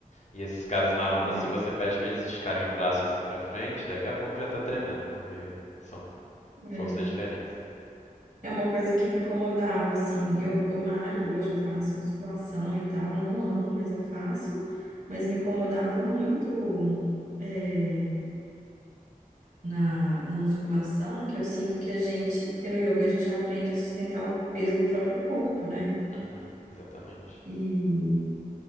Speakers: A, on the left; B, on the right.
A: E esses caras marombas,
B: é,
A: se você pede pra eles esticarem o braço assim pra frente, daqui a pouco já tá tremendo, porque são
B: é.
A: forças diferentes.
B: É uma coisa que me incomodava, assim. Eu, eu malho hoje, eu faço musculação e tal, não amo, mas eu faço. Mas me incomodava muito. é, na, na musculação, que eu sinto que a gente, porque no yoga a gente aprende a sustentar o peso do próprio corpo, né?
A: Uhum, exatamente.
B: E,